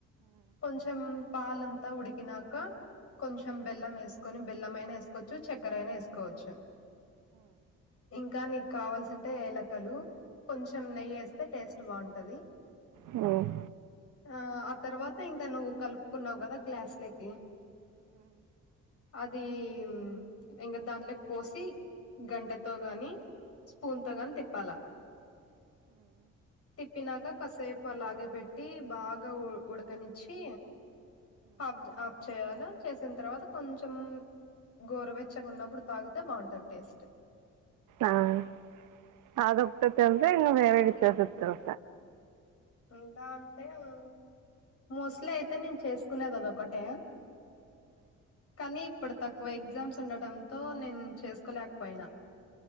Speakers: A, on the left; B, on the right.
A: కొంచెం పాలంతా ఉడికినాక కొంచెం బెల్లం ఏసుకొని బెల్లం అయినా వేసుకోవచ్చు చక్కెర అయినా వేసుకోవచ్చు ఇంకా నీకు కావాల్సింటే ఏలకలు కొంచెం నెయ్యేస్తే టేస్ట్ బాగుంటది
B: హుమ్
A: ఆ ఆ తర్వాత ఇంకా నువ్వు కలుపుకున్నావ్ కదా గ్లాస్ లకి అదీ హుమ్ ఇంక దాంట్లకి పోసి గంట తో గాని స్పూన్ త గాని తిప్పలా తిప్పినాక కసేపు అలాగే పెట్టీ బాగా ఉ ఉడకనిచ్చి హప్ ఆఫ్ చేయాల చేసిన తర్వాత కొంచెం గోరవెచ్చగున్నప్పుడు తాగితే బాగుంటది టేస్ట్
B: ఆ అదొక్కతెల్తే ఇన్ వేరేవి చేసేస్తరు
A: ఇంకా అంటే హుమ్ మోస్ట్లీ అయితే నేను చేసుకునేది అదొదకటే కానీ ఇప్పుడు తక్కువ ఎగ్జామ్స్ ఉండటంతో నేను చేసుకోలేకపోయినా